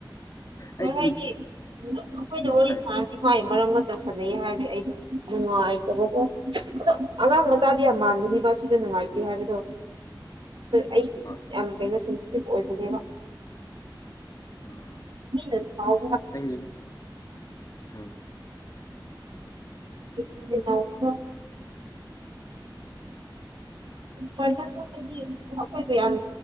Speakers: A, on the left; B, on the right.
A: ꯑꯩꯒꯤ
B: ꯀꯩ ꯍꯥꯏꯅꯤ ꯑꯩꯈꯣꯏꯅ
A: ꯎꯝ
B: ꯋꯥꯔꯤ
A: ꯍꯥꯏꯌꯣ
B: ꯁꯥꯥꯟꯔꯗꯤ ꯃꯥꯥꯏ ꯃꯔꯝ ꯑꯃꯇ ꯁꯥꯟꯅꯩ ꯍꯥꯏꯕ ꯑꯩꯗꯣ ꯅꯨꯡꯉꯥꯏꯇꯕꯀꯣ ꯑꯣ ꯑꯉꯥꯡ ꯃꯆꯥꯗꯤ ꯌꯥꯝ ꯃꯥꯟꯒꯅꯤꯕ ꯁꯣ ꯁꯤꯗ ꯅꯨꯡꯉꯥꯏꯇꯦ ꯍꯥꯏꯕꯗꯣ ꯑꯩ
A: ꯍꯣꯏ
B: ꯌꯥꯝ ꯀꯩꯅꯣ ꯁꯤꯟ ꯑꯣꯏꯕꯅꯦꯕ
A: ꯎꯝ
B: ꯑꯟꯏꯟꯇꯦꯜꯂꯤꯖꯦꯕꯜ
A: ꯅꯪꯒꯤ ꯎꯝ
B: ꯑꯟꯏꯟꯇꯦꯜꯂꯤꯖꯦꯕꯜ ꯗꯤ ꯑꯩꯈꯣꯏꯕꯨ ꯌꯥꯝ